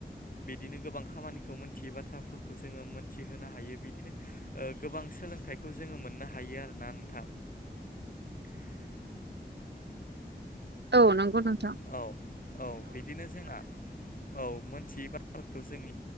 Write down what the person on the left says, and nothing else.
बिदिनो गोबां खामानिखौ मोनथियै बाथ्राफोरखौ जोङो मोनथिहोनो हायो बिदिनो ओ गोबां सोलोंथाइखौ जोङो मोननो हायो आरोना नोंथां <unintelligible>
औ औ बिदिनो जोंना औ मोनथियै बाथफोरखौ जोंनि